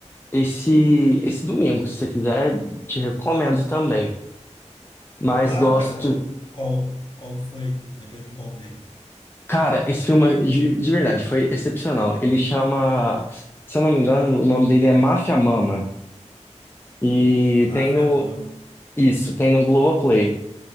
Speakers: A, on the left (about 20°); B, on the left (about 40°).
A: esse, esse domingo, se você quiser, te recomendo também. Mas
B: Claro,
A: gosto,
B: cara, qual, qual, qual que foi? Depois me contei.
A: cara, esse filme de, de verdade foi excepcional. Ele chama, se eu não me engano, o nome dele é Mafia Mama e
B: Máfia
A: tem no,
B: Mama.
A: isso, tem no Globoplay.